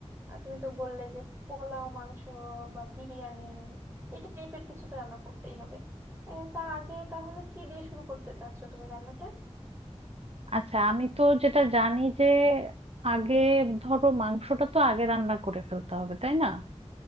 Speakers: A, on the right; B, on the right.
A: আহ, তুমি তো বললে যে পোলাও মাংস বা বিরিয়ানি এই টাইপের কিছু তো রান্না করতেই হবে আহ, তা আগে তাহলে কি দিয়ে শুরু করতে চাচ্ছো তুমি রান্নাটা
B: আচ্ছা আমি তো যেটা জানি যে আগে ধরো মাংসটা তো আগে রান্না করে ফেলতে হবে তাই না